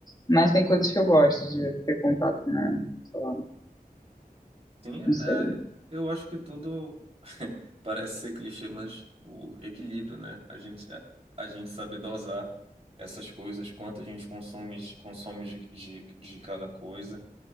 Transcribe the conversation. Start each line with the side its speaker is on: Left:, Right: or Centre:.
Left: Mas tem coisas que eu gosto de ter contato, né? Sei lá,
Right: sim, é,
Left: não sei.
Right: é, eu acho que tudo <laughs> parece ser clichê, mas o equilíbrio, né? A gente, a gente saber dosar essas coisas, quanto a gente consome, de- consome de, de, de cada coisa